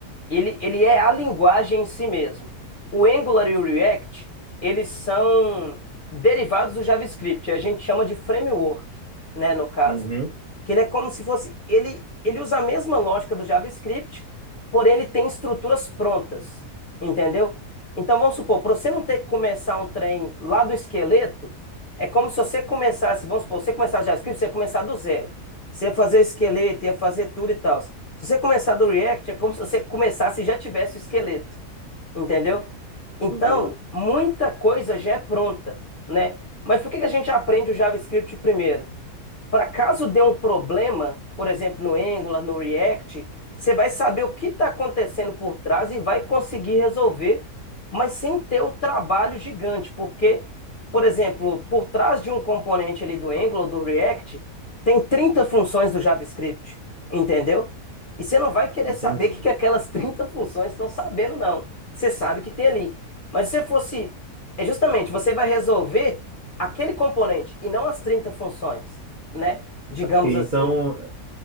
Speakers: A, on the left; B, on the right.
A: Ele, ele é a linguagem em si mesmo. O Angular e o React, eles são derivados do JavaScript. A gente chama de framework, né, no caso.
B: Uhum,
A: Que ele é como se fosse. Ele, ele usa a mesma lógica do JavaScript, porém ele tem estruturas prontas. Entendeu? Então vamos supor, para você não ter que começar um trem lá do esqueleto, é como se você começasse, vamos supor, você começasse JavaScript, você ia começar do zero. Você ia fazer esqueleto, ia fazer tudo e tal. Se você começar do React, é como se você começasse e já tivesse o esqueleto. Entendeu? Então,
B: entendi.
A: muita coisa já é pronta, né? Mas por que que a gente aprende o JavaScript primeiro? Para caso dê um problema, por exemplo, no Angular, no React, você vai saber o que está acontecendo por trás e vai conseguir resolver, mas sem ter o trabalho gigante, porque, por exemplo, por trás de um componente ali do Angular, do React, tem 30 funções do JavaScript, entendeu? E você não vai querer
B: Entendi.
A: saber o que, que aquelas 30 funções estão sabendo, não. Você sabe o que tem ali. Mas se você fosse é justamente, você vai resolver aquele componente e não as 30 funções, né? Digamos
B: Ok,
A: assim.
B: Então,